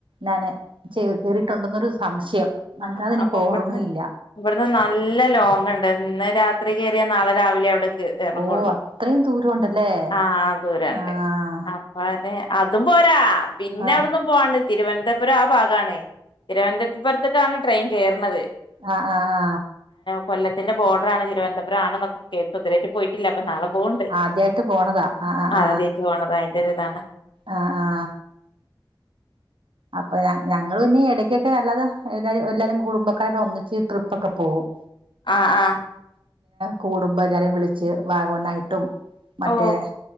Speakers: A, on the right; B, on the left.
A: നാന് ജി കേറിയിട്ടുണ്ടെന്നൊരു സംശയം
B: ആ
A: അല്ലാതെ എനിക്ക്
B: അപ്പൊ
A: ഓർമ്മയില്ല
B: ഇവിടുന്ന് ഇവിടുന്ന് ന നല്ല ലോങ്ണ്ട് ഇന്ന് രാത്രി കയറിയാ നാളെ രാവിലെ അവിടെത്ത് ഇറങ്ങുള്ളൂ
A: ഓ അത്രയും ദൂരം ഉണ്ടല്ലേ
B: ആ ദൂരണ്ട്
A: ആഹ്
B: അപ്പ അതെ അതും പോരാ പിന്നെ
A: ആഹ്
B: അവിടന്നും പോവാണ്ട് തിരുവനന്തപുരം ആ ഭാഗമാണ് തിരുവനന്തപുരത്തിപറ ട്രയിൻ കേർണത്
A: ആ ആ ആ
B: കൊല്ലത്തിന്റെ ബോഡറാണ് തിരുവനന്തുരം ആണെന്നൊക്കെ കേട്ടു ഇതുരെയാട്ടും പോയിട്ടില്ല അപ്പോ നാളെ പോവണ്ട്
A: ആദ്യായിട്ട് പോണതാ ആ ആ ആ
B: ആദ്യായിട്ട് പോണത് അതിന്റെ ഒരിതാണ്
A: ആ ആ ആ അപ്പൊ ഞ ഞങ്ങൾ പിന്നെ ഇടക്കൊക്കെ അല്ലാതെ എല്ലാരും എല്ലാരും കുടുംബക്കാരടെ ഒന്നിച്ച് ട്രിപ്പോക്കെ പോകും
B: ആ ആ
A: കൂടുംമ്പോ എല്ലാരേം വിളിച്ച് വാഗമണ്ണായിട്ടും മറ്റേ
B: ഓ